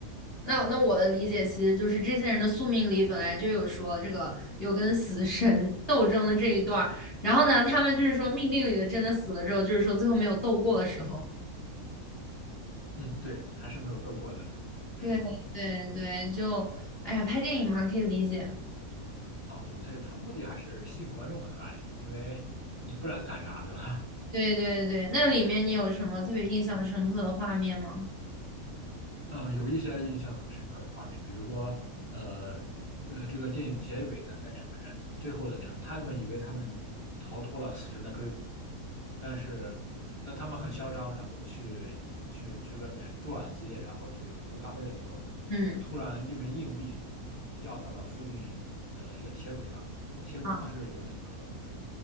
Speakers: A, on the left (about 25°); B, on the right (about 30°).
A: 那那我的理解其实就是这些人的宿命里本来就有说这个有跟死神斗争的这一段儿，然后呢，他们就是说命定里的真的死了之后，就是说最后没有斗过的时候。
B: 嗯，对，还是没有斗过的时候。
A: 对对对，就哎呀，拍电影嘛，可以理解。
B: 哦，对，他他目的还是吸引观众嘛，对吧？因为你不然看啥，对吧？<laughs>
A: 对对对，那里面你有什么特别印象深刻的画面吗？
B: 嗯，有一些印象深刻的画面，比如说，呃呃，这个电影结尾的那两个人，最后的两，他们以为他们逃脱了死神的追捕，但是但他们很嚣张，然后去去去外面转街，然后去喝咖啡的时候，
A: 嗯，
B: 突然一枚硬币，然后掉到了附近一的一个铁轨上，它铁轨不是有那个
A: 啊